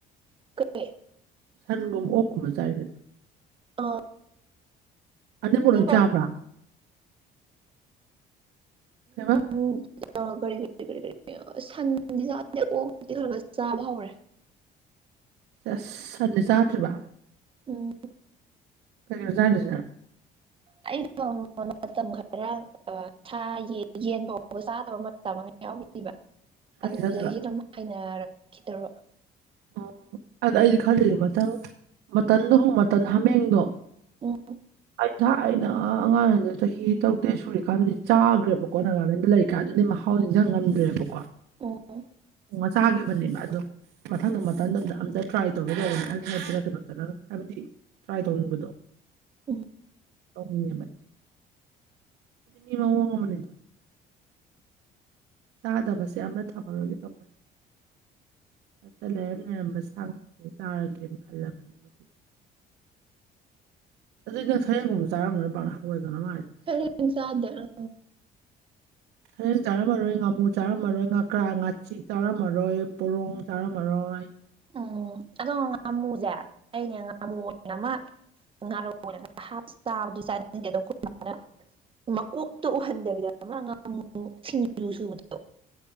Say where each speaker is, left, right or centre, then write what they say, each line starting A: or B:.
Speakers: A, on the right; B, on the right.
A: ꯀꯩ
B: ꯁꯟꯒꯨꯝ ꯑꯣꯀꯨꯝꯕ ꯆꯥꯏ ꯅꯠ
A: ꯑ
B: ꯑꯅꯤꯃꯛ
A: ꯎꯝ
B: ꯂꯣꯏ ꯆꯥꯕ꯭ꯔꯥ ꯀꯩꯕ
A: ꯎꯝ ꯑ ꯀꯔꯤ ꯀꯔꯤ ꯀꯔꯤ ꯀꯔꯤ ꯑꯁ ꯁꯟꯗꯤ ꯆꯥꯗꯦ ꯑꯣꯛꯇꯤ ꯈꯔ ꯈꯔ ꯆꯥꯕ ꯍꯧꯔꯦ
B: ꯑꯁ ꯁꯟꯗꯤ ꯆꯥꯗ꯭ꯔꯤꯕ
A: ꯎꯝ
B: ꯀꯩꯀꯩꯅꯣ ꯆꯥꯗꯣꯏꯁꯤꯅ
A: ꯑꯩꯗꯣ ꯃꯇꯝ ꯈꯔ ꯑ ꯁꯥ ꯌꯦꯟ ꯌꯦꯟ ꯐꯥꯎꯕ ꯆꯥꯗꯕ ꯃꯇꯝ ꯑꯃ ꯌꯥꯎꯔꯤꯕ
B: ꯀꯩꯒꯤ
A: ꯑꯗꯨꯗꯒꯤ
B: ꯆꯥꯗ꯭ꯔꯤꯕ
A: ꯑꯗꯨꯝ ꯍꯩꯅꯔꯛꯈꯤꯗꯔꯣꯕ
B: ꯑꯣ ꯑꯗ ꯑꯩꯗꯤ ꯈꯜꯂꯤ ꯃꯊꯪ ꯃꯇꯟꯗꯨꯕꯨ ꯃꯇꯟ ꯍꯃꯦꯡꯗꯣ
A: ꯎꯝ
B: ꯑꯩ ꯊꯥ ꯑꯩꯅ ꯑꯉꯥꯡꯑꯣꯏꯉꯩꯗ ꯆꯍꯤ ꯇꯔꯨꯛꯇꯦꯠ ꯁꯨꯔꯤꯀꯥꯟꯗꯨꯗꯤ ꯆꯥꯒ꯭ꯔꯦꯕꯀꯣ ꯅꯒꯥꯂꯦꯟꯗ ꯂꯩꯔꯤꯀꯥꯟ ꯗꯨꯗꯤ ꯃꯍꯥ ꯍꯥꯎ ꯅꯤꯡꯖꯥꯡ ꯉꯝꯗ꯭ꯔꯦꯕꯀꯣ
A: ꯑꯣ
B: ꯑꯣꯉꯥ ꯆꯥꯒꯤꯕꯅꯦꯕ ꯑꯗꯨꯝ ꯃꯊꯪꯗꯣ ꯃꯇꯟꯗꯗ ꯑꯝꯇ ꯇ꯭ꯔꯥꯏ ꯇꯧꯒꯦ ꯇꯧꯕꯅꯤ ꯑꯜ ꯍꯜꯌꯥꯠꯇꯔ ꯀꯩꯅꯣ ꯆꯠꯂꯒ ꯍꯥꯏꯕꯗꯤ ꯇ꯭ꯔꯥꯏ ꯇꯧꯅꯤꯡꯕꯗꯣ
A: ꯎꯝ
B: ꯇꯧꯅꯤꯡꯉꯦꯕ ꯑꯩ ꯃꯤ ꯃꯥꯑꯣꯡ ꯑꯃꯅꯤꯗ ꯆꯥꯗꯕꯁꯦ ꯑꯃ ꯊꯝꯃꯔꯣꯏꯒꯦ ꯇꯧꯕꯅꯦ ꯍꯦꯛꯇ ꯂꯩꯔꯝ ꯂꯩꯔꯝꯕ ꯁꯥ ꯉꯗ ꯆꯥꯔꯒꯦꯅ ꯈꯜꯂꯕꯅꯦꯕ ꯑꯗꯨꯗꯤ ꯅꯪ ꯁꯔꯦꯡꯒꯨꯝꯕ ꯆꯥꯔꯝꯃꯔꯣꯏ ꯄꯥꯛꯅ ꯍꯪꯒꯣꯏꯒꯟꯕ ꯃꯥꯜꯂꯤ
A: ꯁꯔꯦꯡ ꯆꯥꯗꯦ ꯑꯪ
B: ꯁꯔꯦꯡ ꯆꯥꯔꯝꯃꯔꯣꯏ ꯉꯥꯃꯨ ꯆꯥꯔꯝꯃꯔꯣꯏ ꯉꯀ꯭ꯔꯥ ꯉꯥꯆꯤꯛ ꯆꯥꯔꯝꯃꯔꯣꯏ ꯄꯣꯔꯣꯡ ꯆꯥꯔꯝꯃꯥꯔꯣꯏ
A: ꯎꯝ ꯑꯗꯣ ꯉꯥꯃꯨꯖꯦ ꯑꯩꯅꯦ ꯉꯥꯃꯨ ꯑꯣꯏꯅ ꯑꯃ ꯉꯥꯔꯧ ꯑꯣꯏꯅ ꯍꯥꯞ ꯆꯥꯕ ꯆꯥꯅꯤꯡꯗꯦ ꯑꯗꯣ ꯑꯩꯈꯣꯏꯃꯥꯅ ꯃꯀꯣꯛꯇꯨ ꯎꯍꯟꯗꯕꯤꯗ ꯑꯃ ꯉꯥꯃꯨ ꯁꯤꯡꯖꯨ ꯁꯨꯕꯥꯗꯣ